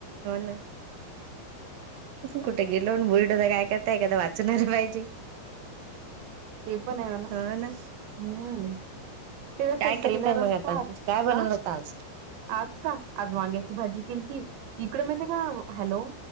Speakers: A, on the right (about 65°); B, on the right (about 80°).
A: ना कुठे गेलो <unintelligible> काय करता एखादा वाचणारे पाहिजे.
B: ते पण ये म्हना
A: हो ना
B: हम्. <unintelligible>
A: काय
B: सर ट्रेनर
A: करत आहे मग
B: असतात
A: आता काय बनवलं
B: अ.
A: होत आज
B: आज का आज वांग्याची भाजी केलती इकडे माहिती का हॅलो.